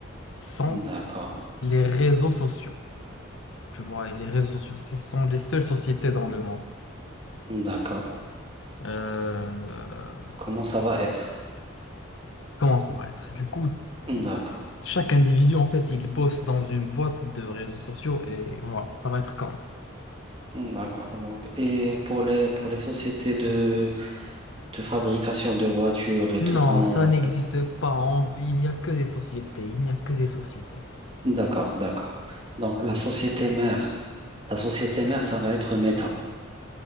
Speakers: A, on the left (about 70°); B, on the right (about 25°).
A: sont
B: d'accord,
A: les réseaux sociaux. Tu vois, et les réseaux sociaux, ce sont les seules sociétés dans le monde.
B: d'accord.
A: Euh,
B: Comment ça va être?
A: comment ça va être? Du coup,
B: D'accord,
A: chaque individu, en fait, il bosse dans une boîte de réseaux sociaux et voilà, ça va être comment?
B: d'accord. Donc, et pour les pour les sociétés de de fabrication de voitures et
A: Non,
B: tout, comment
A: ça
B: on va
A: n'existe
B: faire?
A: pas. On- il n'y a que des sociétés. Il n'y a que des sociétés.
B: D'accord, d'accord. Donc, la société mère, la société mère, ça va être Meta.